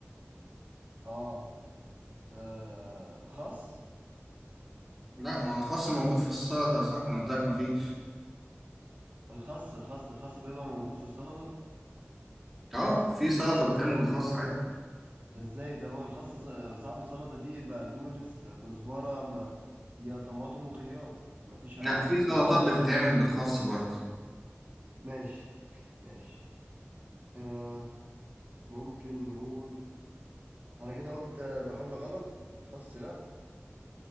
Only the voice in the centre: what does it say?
لا ما هو الخس موجود في السلطة يا صاحبي انا قلت لك ما فيش
اه في سلطة بتتعمل بالخس عادي
لا
في سلطات بتتعمل بالخس برضه